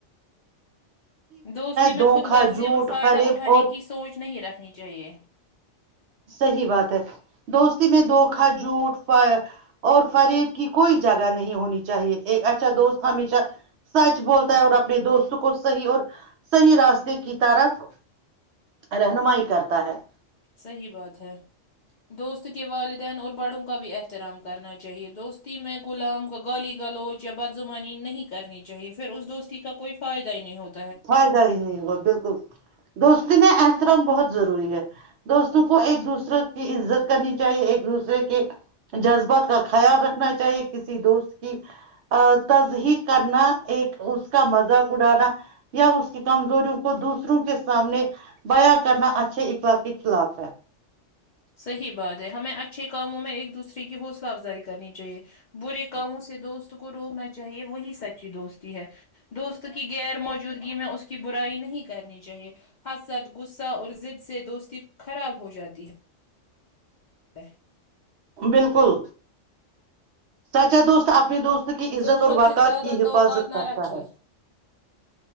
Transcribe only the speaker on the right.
دھوکا
جھوٹ
فریب
اور
صحیح بات ہے دوستی میں دھوکھا جھوٹ اور فریب کی کوئی جگہ نہیں ہونی چاہیے ایک اچھا دوست ہمیشہ سچ بولتا ہے اور اپنے دوست کو صحیح اور صحیح راستے کی طرف رہنمائی کرتا ہے
فائدہ ہی نہیں ہوا بالکل دوست احترام بہت ضروری ہے دوستوں کو ایک دوسرے کی عزت کرنی چاہیے ایک دوسرے کے جذبات کا خیال رکھنا چاہیے کسی دوست کی تجحیق کرنا ایک اس کا مذاق اڑانا <unintelligible> یا اس کی کمزوریوں کو دوسروں کے سامنے بیاں کرنا اچھے اخلاق کے خلاف ہے <unintelligible>
بالکل سچ ہے دوست اپنی دوست کی عزت
اور وقار
کی
حفاظت
کرتا